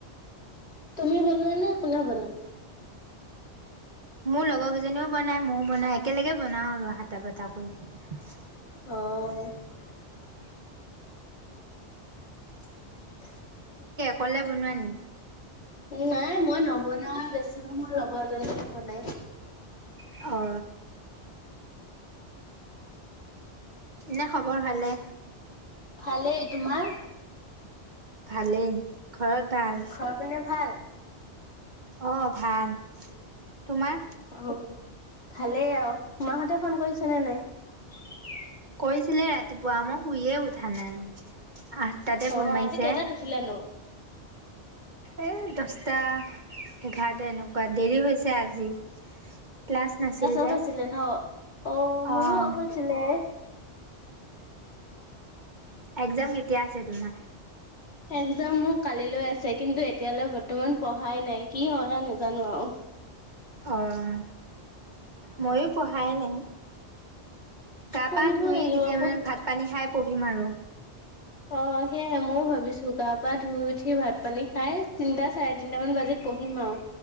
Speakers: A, on the left; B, on the right.
A: তুমি বনোৱা নে কোনে বনাই
B: মোৰ লগৰ কেইজনীও বনায় ময়ো বনাও একেলগে বনাওঁ আৰু হাটা বাটা কৰি
A: অ <inaudible>
B: ক'লে বনোৱা নি?
A: নাই মই নবনাওয়ে বেছি মোৰ লগৰজনিয়ে বনায়
B: অ এনে খবৰ ভালে
A: ভালেই তোমাৰ।
B: ভালেই ঘৰত ভাল
A: ঘৰৰ পিনে ভাল
B: অ ভাল তোমাৰ?
A: অ ভালেই আৰু মাহঁতে ফোন কৰিছে'নে নাই?
B: কৈছিলে ৰাতিপুৱা মই শুইয়ে উঠা নাই আঠটাতে
A: অ',
B: ফোন মাৰিছে।
A: আজি কেইটাত উঠিলানো?
B: এ দচ সাতটা এঘাৰটা এনেকুৱা দেৰি হৈছে আজি। ক্লাছ নাছিল
A: অফ
B: যে
A: আছিলে ন? অ', মোৰো
B: অঁ।
A: অফ আছিলে।
B: এক্জাম কেতিয়া আছে তোমাৰ?
A: একজাম মোৰ কালিলৈ আছে কিন্তু এতিয়ালৈ বৰ্তমান পঢ়াই নাই কি হয় আৰু নাজানো আৰু
B: অ', ময়ো পঢ়াই নাই। গা
A: পঢ়িব
B: -পা ধুই
A: লাগিব
B: তেতিয়া
A: পঢ়
B: মানে ভাত -পানী খাই পঢ়িম আৰু।
A: অ সেইয়া মইয়ো ভাবিছোঁ। গা পা ধুই উঠি ভাত পানী খাই তিনতা চাৰে তিনটা মান বাজিল পহিমআও।